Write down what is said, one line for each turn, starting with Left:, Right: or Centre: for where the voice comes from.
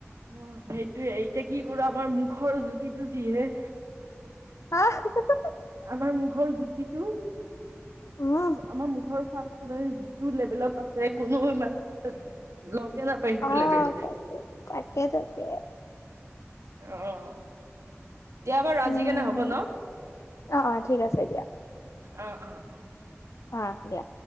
Right: উম, সেইটয়ে এই এতিয়া কি কৰো আমাৰ মুখৰ জুতিটো যিহে।
Left: <inaudible>
Right: আমাৰ মুখৰ জুতিটো।
Left: উম,
Right: আমাৰ মুখৰ সোৱাদটো মানে যিটো লেভেলত আছে কোনো মানে, লগ এ নাপায় সিটো
Left: অ',
Right: লেবেল।
Left: তাকে তাকে তাকে
Right: অ'। দিয়া বাৰু আজি
Left: উম,
Right: কেনে হ'ব ন'।
Left: অ', অ', ঠিক আছে দিয়া,
Right: অ অ অ
Left: হা দিয়া।